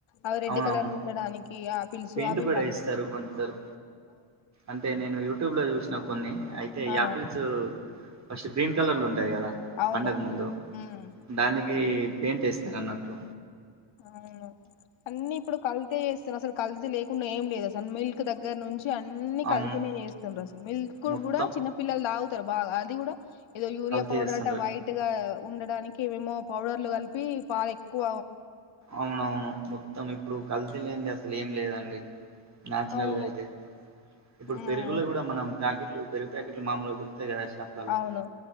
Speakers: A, on the left; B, on the right.
A: అవి రెడ్
B: అవునవును
A: కలర్ల ఉండడానికి ఆపిల్స్
B: పెయింట్
A: అవి
B: కూడా
A: ఇవన్
B: ఏస్తారు కొంతరు అంటే నేను యూట్యూబ్ ల చూస్ కొన్ని అయితే
A: ఆ
B: యాపిల్స్ ఫస్ట్ గ్రీన్ కలర్ల ఉంటాయి కదా
A: అవును
B: పండక ముందు
A: ఉమ్
B: దానికి పెయింట్ ఎస్తారన్నట్టు
A: అవును అన్నిీ ఇప్పుడు కల్తీ చేస్తారు అసలు కల్తీ లేకుండా ఏం లేదు అసలు మిల్క్ దగ్గర నుంచి అన్ని
B: అవును
A: కల్తీనే చేస్తుంర్రు అసలు మిల్క్
B: మొత్తం
A: కూడా చిన్న పిల్లలు తాగుతారు బాగా అది కూడా ఏదో యూరియా
B: కల్తీ
A: పౌడర్
B: చేస్తుండ్రు
A: అట వైట్ గా ఉండడానికి మేమో పౌడర్లు కలిపి పాలేక్కువ
B: అవునవును మొత్తం ఇప్పుడు కల్ ల్తీ లేంది అసలు ఏం లేదండి నాచురల్
A: అవును
B: గా అయితే ఇప్పుడు
A: ఉమ్
B: పెరుగుల కూడా మనం ప్యాకెట్లు పెరుగు ప్యాకెట్లు మామూలుగా దొలుతాయి కదా షాప్లలో
A: అవును